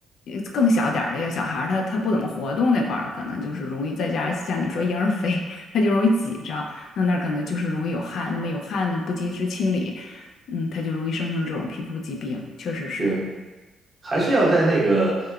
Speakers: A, on the left; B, on the right.
A: 呃更小点儿的，要小孩儿他他不怎么活动那块儿，可能就是容易再加上像你说婴儿肥，<laughs> 他就容易挤着。那那儿可能就是容易有汗，那么有汗呢，不及时清理，嗯，它就容易生成这种皮肤疾病，确实是。
B: 对。还是要在那个